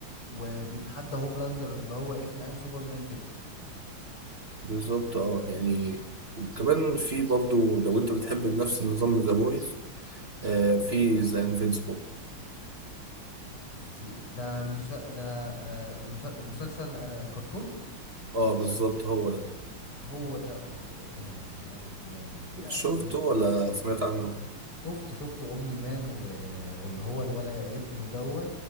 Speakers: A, on the left (about 80°); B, on the right (about 30°).
A: وبيتحدى هوملاندر اللي هو ايه في مقام سوبرمان كده
B: بالظبط اه يعني وكمان في برضو لو انت بتحب نفس النظام ذا بويس آه في ذا انفينسيبل
A: زي ده المسا... ده آه المسا... المسلسل آه كرتون
B: اه بالظبط هو ده
A: هو ده اه ده جامد جامد جامد يعني
B: شفته
A: ايه
B: ولا سمعت عنه؟
A: شفت شفت اومني مان و... واللي هو الولا ابنه دوا